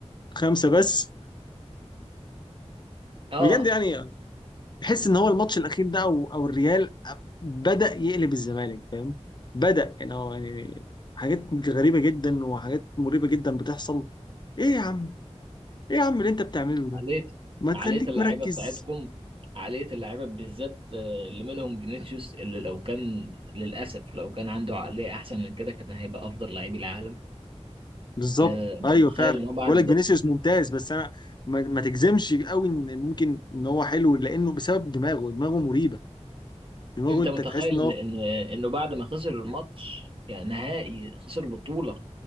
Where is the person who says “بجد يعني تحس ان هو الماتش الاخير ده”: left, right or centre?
Left